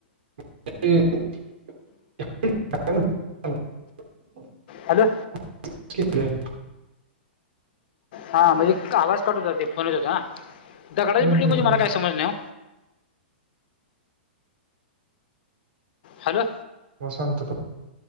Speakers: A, on the right; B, on the left.
A: <inaudible>
B: हॅलो.
A: <inaudible>
B: हा म्हणजे इतका आवाज कट होता, ते फोनवर त्येचा. दगडाची
A: हम्म
B: बिल्डिंग
A: हम्म
B: म्हणजे मला
A: हम्म
B: काय समजल नाई ओ. हॅलो.
A: मग सांगतो तो